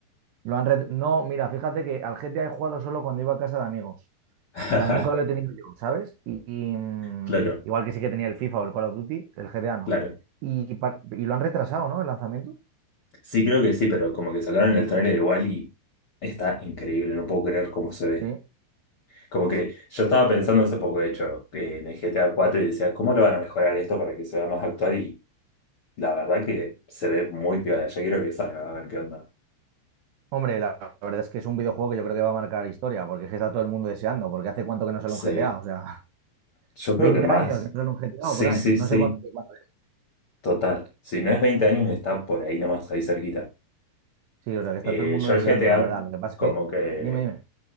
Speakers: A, on the right; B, on the left.
A: Lo han red- No, mira, fíjate que al GTA he jugado solo cuando iba a casa de amigos.
B: <laughs>
A: O sea, nunca lo he tenido yo, ¿sabes? Y, y, mm,
B: Claro,
A: igual que sí que tenía el FIFA o el Call of Duty, el GTA no.
B: claro.
A: Y, par- y lo han retrasado, ¿no? El lanzamiento.
B: Sí, creo que sí, pero como que sacaron el tráiler igual y está increíble, no puedo creer cómo se ve.
A: Sí.
B: Como que yo estaba pensando hace poco, de hecho, que en el GTA 4 y decía, ¿cómo lo van a mejorar esto para que se vea más actual? Y la verdad que se ve muy piola. Ya quiero que salga, a ver qué onda.
A: Hombre, la la verdad es que es un videojuego que yo creo que va a marcar historia, porque es que está todo el mundo deseando, porque hace cuánto que no sale
B: Sí,
A: un GTA, o sea, <laughs>
B: yo
A: 20
B: creo que más.
A: años que no sale un GTA
B: Sí,
A: o por ahí,
B: sí,
A: no
B: sí,
A: sé cuánto, cuánto es.
B: total. Si no es 20 años, está por ahí nomás, ahí cerquita.
A: Sí, o sea, que está
B: Eh,
A: todo el mundo deseando,
B: yo el GTA,
A: la verdad. Lo que pasa es
B: como
A: que,
B: que
A: dime, dime.